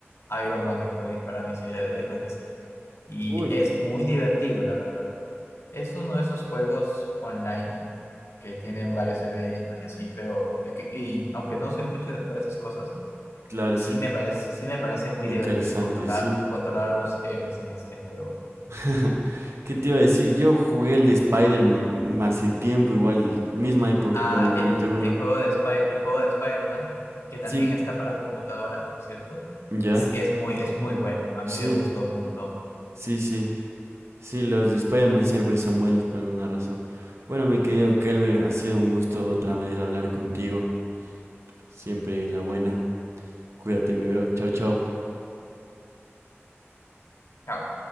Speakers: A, on the left; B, on the right.
A: Iron Man que puede disparar misiles de lejos y así. Y
B: Uy,
A: es muy divertido, la verdad. Es uno de esos juegos online que tienen varios eventos y así, pero es que, y aunque no soy mucho de jugar esas cosas,
B: claro,
A: sí
B: sí.
A: me parece, sí me parece muy
B: Interesante,
A: divertido controlar,
B: sí.
A: controlar a los héroes en este juego.
B: <laughs> ¿Qué te iba a decir? Yo jugué el de Spider-Man mm, hace tiempo, igual, misma época
A: Ah,
B: que Call of
A: el,
B: Duty 1.
A: el juego de Spy- el juego de Spider-Man, que también
B: Sí,
A: está para computadora, por cierto,
B: ya,
A: es es muy, es muy bueno. A
B: sí,
A: mí me gustó un montón.
B: sí, sí. Sí, los de Spider-Man siempre son buenos por alguna razón. Bueno, mi querido Kelber, ha sido un gusto otra vez hablar contigo. Siempre en la buena. Cuídate, mi bro. Chao, chao.
A: Ja,